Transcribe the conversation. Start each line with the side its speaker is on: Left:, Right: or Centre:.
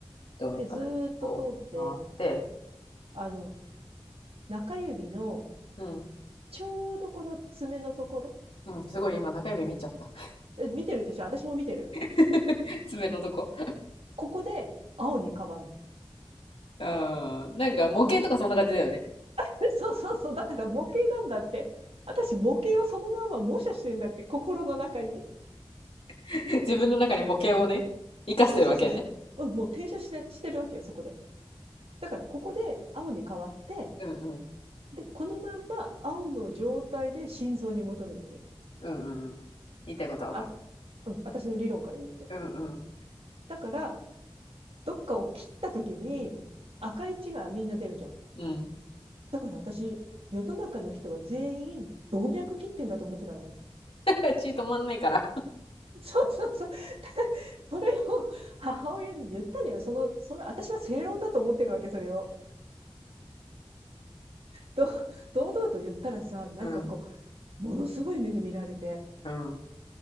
Left: 動脈からこう回って。
Right: で、ずーっと通って、あの、中指の
Left: うん。
Right: ちょうどこの爪のところ、
Left: うん。すごい今中指見ちゃった。
Right: え、見てるでしょ私も見てる。
Left: <laughs> 爪のとこ。
Right: ここで青に変わんの。
Left: うん。なんか模型とかそんな感じだよね。
Right: <laughs> そうそうそう。だから模型なんだって。私、模型をそのまま模写してるんだって、心の中に。
Left: <laughs> 自分の中に模型をね、生かしてるわけね。
Right: そうそうそうそう。うん、もう転写して、してるわけよ、そこで。だから、ここで青に変わって、
Left: うんうん。
Right: で、このまんま青の状態で心臓に戻るわけよ。
Left: うんうんうん。言いたいことはわかる。
Right: あ、うん、私の理論から言うと。
Left: うんうん
Right: だから、どっかを切った時に赤い血がみんな出るじゃん。
Left: うん。
Right: だから私、世の中の人は全員動脈切ってんだと思ってたのね。
Left: <laughs> 血止まんないから。
Right: <laughs> そうそうそう。<laughs> でそれを母親に言ったのよ。その、その、私は正論だと思ってるわけ、それを。ど堂々と言ったらさ、なんかこ
Left: うん
Right: う、ものすごい目で見られて。
Left: うん。